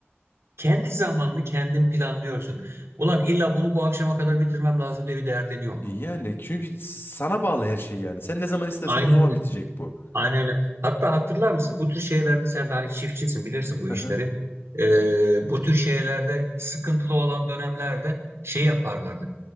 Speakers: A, on the right; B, on the left.
A: Kendi zamanını kendin planlıyorsun. Ulan illa bunu bu akşama kadar bitirmem lazım diye bir derdin yok.
B: Yani çünkü s- sana bağlı her şey yani. Sen ne zaman istersen
A: Aynen
B: o zaman bitecek bu.
A: Aynen öyle. Hatta hatırlar mısın bu tür şeylerde sen de hani çiftçisin bilirsin bu
B: Hı
A: işleri.
B: hı.
A: Ee, bu tür şeylerde sıkıntılı olan dönemlerde şey yaparlardı.